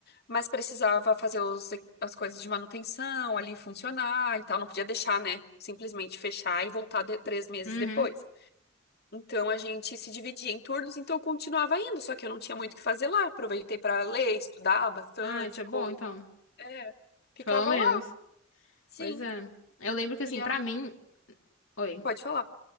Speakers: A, on the left; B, on the left.
A: Mas precisava fazer os e- as coisas de manutenção ali funcionar e tal, não podia deixar, né? Simplesmente fechar e voltar de- três meses
B: Uhum.
A: depois. Então a gente se dividia em turnos, então eu continuava indo, só que eu não tinha muito o que fazer lá. Aproveitei para ler, estudar bastante
B: Ah, isso é bom
A: coisa.
B: então.
A: É, ficava
B: Pelo menos.
A: lá, sim.
B: Pois é. Eu lembro que assim,
A: E aí,
B: pra mim. Oi.
A: pode falar.